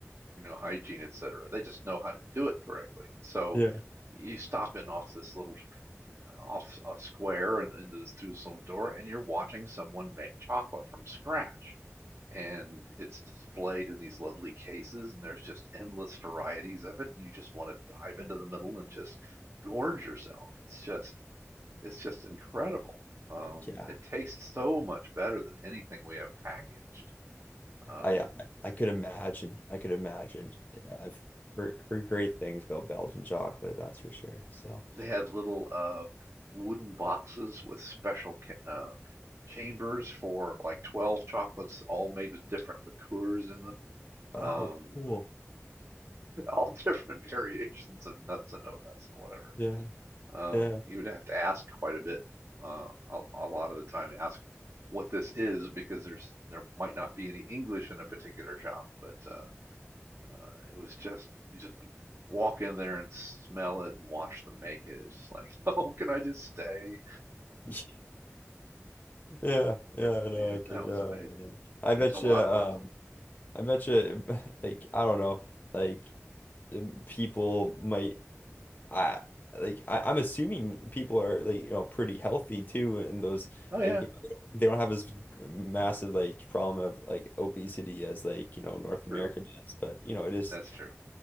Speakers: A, on the right; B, on the left.
A: you know, hygiene, et cetera. They just know how to do it correctly. And so
B: Yeah.
A: you stop in off this little off a square and into through this little door, and you're watching someone make chocolate from scratch. And it's displayed in these lovely cases, and there's just endless varieties of it. And you just want to dive into the middle and just gorge yourself. It's just it's just incredible. Um,
B: Yeah.
A: it tastes so much better than anything we have packaged. Um,
B: I I I could imagine. I could imagine. Yeah, I've heard, heard great things about Belgian chocolate, that's for sure. So,
A: They had little uh, wooden boxes with special uh, chambers for like 12 chocolates, all made with different liqueurs in them. Um,
B: oh, cool.
A: <laughs> all different variations of nuts and no nuts and whatever.
B: Yeah,
A: Um,
B: yeah,
A: you would have to ask quite a bit, uh, a, a lot of the time, ask what this is because there's there might not be any English in a particular shop, but uh, uh, it was just you just walk in there and smell it and watch them make it. It's like, <laughs> oh, can I just stay?
B: <laughs> yeah, yeah.
A: Yeah,
B: No,
A: yeah,
B: I could.
A: that was
B: Oh
A: amazing.
B: man, I
A: And
B: bet
A: there's a lot
B: you. Um,
A: of them.
B: I bet you. <laughs> Like, I don't know. Like, um, people might. I like I, I'm assuming people are like you know pretty healthy too, and those
A: Oh
B: like
A: yeah,
B: you know, they don't they don't have as massive like problem of like obesity as like you know North
A: true.
B: America does. But you know it is.
A: That's true.